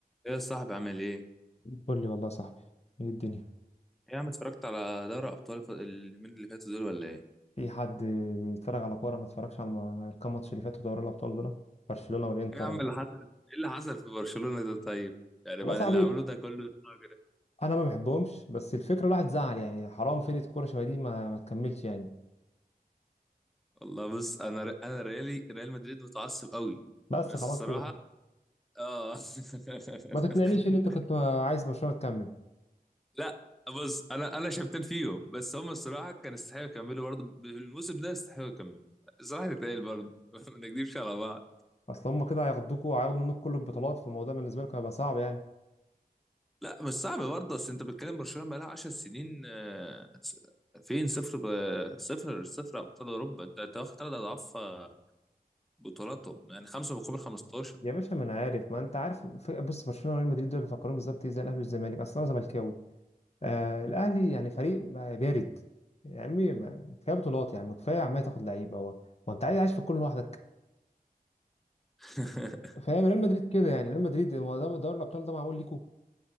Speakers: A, in the centre; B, on the left.
A: ايه يا صاحبي عامل ايه؟ ايه
B: قول لي والله يا صاحبي ايه الدنيا
A: يا عم اتفرجت على دوري ابطال الف- اليومين اللي فاتوا دول ولا ايه؟ ايه
B: في حد بيتفرج على كوره ما اتفرجش على الم- الكام ماتش اللي فاتوا دوري الابطال دول برشلونه والانتر
A: يا عم
B: والله
A: اللي حصل ايه اللي حصل في برشلونة ده طيب؟ يعني بعد
B: يا صاحبي
A: اللي عملوه ده كله الراجل ده.
B: انا ما بحبهمش بس الفكره الواحد زعل يعني حرام فرقه كوره شبه دي ما, ما تكملش يعني
A: والله بص انا ر... انا ريالي ريال مدريد متعصب قوي
B: بس
A: بس
B: خلاص
A: الصراحة
B: كده
A: اه <laughs>
B: ما تقنعنيش ان انت كنت عايز برشلونه تكمل
A: لا بص انا انا شفتين فيهم بس هم الصراحة كان يستحقوا يكملوا برضه بالموسم ده يستحقوا يكملوا الصراحة تتقال برضه <laughs> ما نكذبش على بعض
B: اصل هم كده هياخدوكوا وهياخدوا منك كل البطولات فالموضوع بالنسبه لكم هيبقى صعب يعني
A: لا مش صعب برضه بس انت بتتكلم برشلونه بقى لها 10 سنين آه، س- فين صفر ب... صفر صفر ابطال اوروبا انت انت واخد ثلاث اضعاف آه، بطولاتهم يعني خمسه مقابل 15
B: يا باشا ما انا عارف ما انت عارف ف- بص برشلونه وريال مدريد دول بيفكروا بالظبط ايه زي الاهلي والزمالك اصل انا زملكاوي آه الاهلي يعني فريق ما- بارد يا عمي ما- كفايه بطولات يعني كفايه عمال تاخد لعيبه هو هو انت عايز عايش في الكون لوحدك
A: <laughs>
B: فاهم ريال مدريد كده يعني ريال مدريد هو ده دوري الابطال ده معمول ليكوا